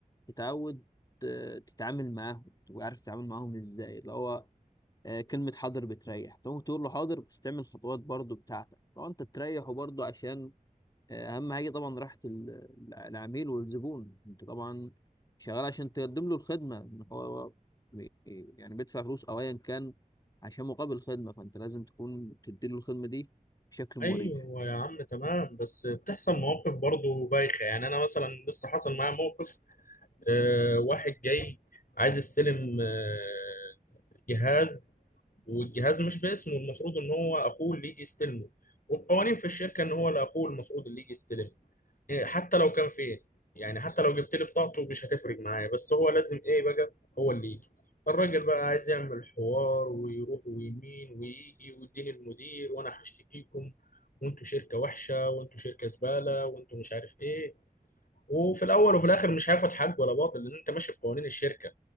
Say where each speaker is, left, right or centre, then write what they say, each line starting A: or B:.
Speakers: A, on the left (about 25°); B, on the left (about 70°).
A: تتعود ت- تتعامل معاهم تبقى عارف تتعامل معاهم إزاي اللي هو آه، كلمة حاضر بتريح تقوم تقول له حاضر بس تعمل خطوات برضو بتاعتك لو أنت تريحه برضو عشان اهم حاجه طبعا راحه ال- العميل والزبون انت طبعا شغال عشان تقدم له الخدمه إن هو بي- يعني بيدفع فلوس او ايا كان عشان مقابل الخدمه فانت لازم تكون تدي له الخدمه دي بشكل مريح
B: ايوه يا عم تمام بس بتحصل مواقف برضه بايخه يعني انا مثلا لسه حصل معايا موقف آه، واحد جاي عايز يستلم آه، جهاز والجهاز مش باسمه المفروض ان هو اخوه اللي يجي يستلمه والقوانين في الشركه ان هو لاخوه المفروض اللي يجي يستلمه إيه، حتى لو كان فين يعني حتى لو جبت لي بطاقته مش هتفرق معايا بس هو لازم ايه بقى هو اللي يجي الراجل بقى عايز يعمل حوار ويروح ويمين ويجي ويديني المدير وانا هشتكيكم وانتوا شركه وحشه وانتوا شركه زباله وانتوا مش عارف ايه وفي الاول وفي الاخر مش هياخد حق ولا باطل لان انت ماشي بقوانين الشركه